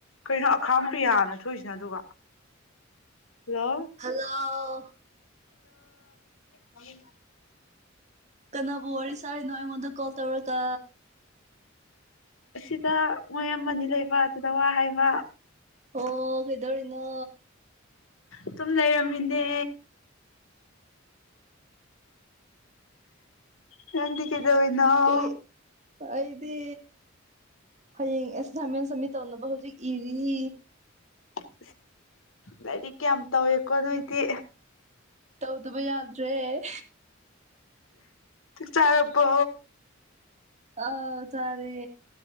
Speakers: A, on the left; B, on the right.
A: ꯀꯩꯅꯩꯅꯣ ꯑꯈꯥꯡ ꯄꯤꯌꯥꯅ ꯊꯣꯏꯁꯤꯅ ꯑꯗꯨꯒ hello
B: hello
A: ꯍꯣꯏ
B: ꯀꯅꯥꯕꯨ ꯋꯥꯔꯤ ꯁꯥꯔꯤꯅꯣ ꯑꯩꯉꯣꯟꯗ ꯀꯣꯜ ꯇꯧꯔꯒ
A: ꯑꯁꯤꯗ ꯃꯣꯏ ꯑꯃꯅꯤ ꯂꯩꯕ ꯑꯗꯨꯗ ꯋꯥ ꯍꯥꯏꯕ
B: ꯑꯣ ꯀꯩꯗꯧꯔꯤꯅꯣ
A: ꯑꯗꯨꯝ ꯂꯩꯔꯝꯃꯤꯅꯦ ꯍꯗꯤ ꯀꯩꯗꯅꯥꯎ
B: ꯀꯩ ꯑꯩꯗꯤ ꯍꯌꯦꯡ ꯑꯦꯁꯥꯏꯟꯃꯦꯟ ꯁꯃꯤꯠ ꯇꯧꯅꯕ ꯍꯧꯖꯤꯛ ꯏꯔꯤ
A: ꯑ ꯂꯥꯏꯔꯤꯛꯌꯥꯝ ꯇꯧꯋꯦꯀꯣ ꯅꯣꯏꯗꯤ
B: ꯇꯧꯗꯕ ꯌꯥꯗ꯭ꯔꯦ
A: ꯇꯨ ꯆꯥꯄꯣ
B: ꯑ ꯆꯔꯦ